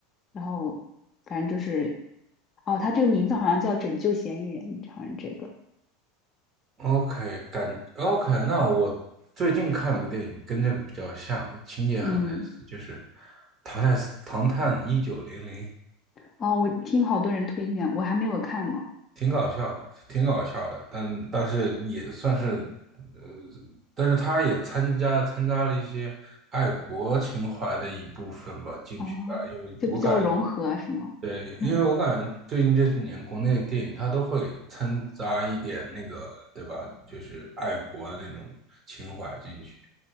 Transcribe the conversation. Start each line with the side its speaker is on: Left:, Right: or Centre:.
Left: 然后反正就是，哦，他这个名字好像叫《拯救嫌疑人》，好像这个，
Right: OK，感 OK，那我最近看了个电影，跟这个比较像，情节很类似，
Left: 嗯，
Right: 就是《唐探唐探一九零零》。
Left: 哦，我听好多人推荐，我还没有看呢，
Right: 挺搞笑的，挺搞笑的，但但是也算是，呃，但是他也参加参加了一些爱国情怀的一部分吧，进去吧，
Left: 哦，
Right: 因为我感觉，
Left: 就比较融合是吗？
Right: 对，
Left: <laughs> 嗯，
Right: 因为我感觉最近这几年国内的电影它都会掺杂一点那个，对吧？就是爱国的那种情怀进去。